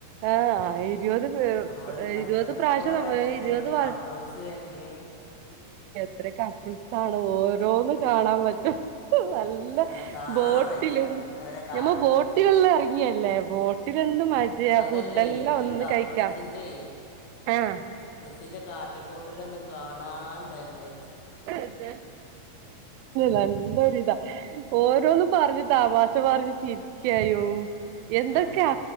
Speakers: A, on the right; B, on the left.
A: ആഹ് ഇരുപത് പ
B: ആയി ആ-
A: ഇരുപത്
B: എത്ര
A: പ്രാവശ്യം
B: പോരാലേ
A: ഇരുപത് വ
B: കപ്പിൾസ് വരണ്
A: ഇത്ര കപ്പിൾസാണ് ഓരോന്നും കാണാൻ പറ്റും നല്ല
B: ആ, കാണാൻ
A: ബോട്ടിലും
B: വെച്ച ഓരെ കാട്ടിക്കൂട്ടല്
A: ഞമ്മ ബോട്ടിലെല്ലാം ഇറങ്ങിയല്ലേ ബോട്ടില്
B: അതല്ലേ
A: ഫുഡ് എല്ലാം ഒന്ന്
B: ഈ കപ്പിൾസിന്റെ
A: കഴിക്കാം ആഹ്
B: ന്റെ കാട്ടിക്കൂട്ടലൊന്നും കാണാൻ തന്നെ
A: <unintelligible> നല്ല ഒരിത ഓരോന്നും പറഞ്ഞ് തമാശ പറഞ്ഞ് ചിരിക്കായോ എന്തൊക്കെയ
B: ആ